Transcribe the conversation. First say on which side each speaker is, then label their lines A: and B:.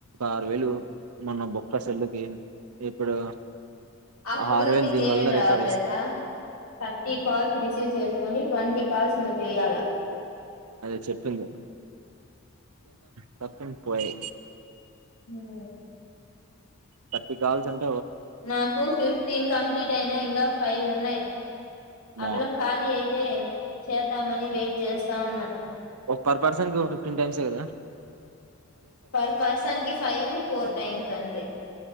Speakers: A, on the right; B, on the left.
A: ఆరు వేలు మొన్న బొక్క సెల్లుకి ఇప్పుడు
B: అప్పుడు
A: ఆ ఆరు వేలు
B: నీకేమేమి
A: దీని వల్ల రికవర్
B: రావాలి
A: చేస్
B: తెలుసా థర్టీ కాల్స్ రిసీవ్ చేసుకొని ట్వంటీ కాల్స్ నువ్వు చెయాల
A: అదే చెప్పింది పర్ సేంట్ పోయె
B: ఉమ్
A: తట్టికాల్స్ అంట్
B: నాకు ఫిఫ్టీన్ కంప్లీట్ అయినా ఇంకా ఫైవ్ ఉన్నాయి
A: అమ్మో
B: ఆ పిల్ల ఖాళీ అయితే చేద్దామని వెయిట్ చేస్తా ఉన్నాం
A: ఒక పర్ పర్సన్ టు క ప్రింటెన్స్ చేయిరా
B: పర్ పర్సన్ కి ఫైవ్ ఫోర్ టైమ్స్ అంతే